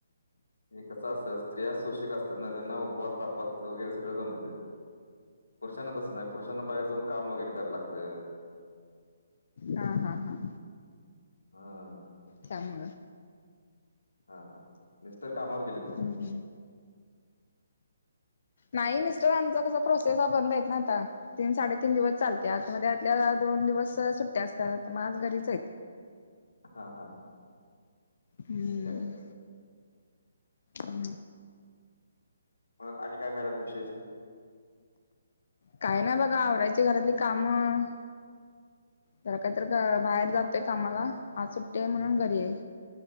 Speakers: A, on the left (about 85°); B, on the left (about 60°).
A: हे कस असतं स्त्रिया शोषिक असतात ना ज्यांना उपवास तापास वगैरे सगळं जमतय. पुरुषांना तसं नाही पुरुषांना बाहेर जाऊन काम वगैरे करां लागतं.
B: हा हा हा
A: हा
B: त्यामुळं
A: हा हा मिस्टर कामावर गेलीत का
B: हम्म
A: मग?
B: नाही मिस्टर आच कस प्रोसेस बंद आहेत ना आता तीन साडे तीन दिवस चालते
A: हा
B: आता मध्येतल्या दोन दिवस सुट्या असतात मग आज घरीच आहेत.
A: हा हा हा
B: हम्म
A: ठीक आहे.
B: हम्
A: मग आणि काय मॅडम विशेष.
B: काय ना बघा आवरायची घरातली कामं जरा काहीत बाहेर जातोय कामाला आज सुट्टतेय म्हणून घरी आहे.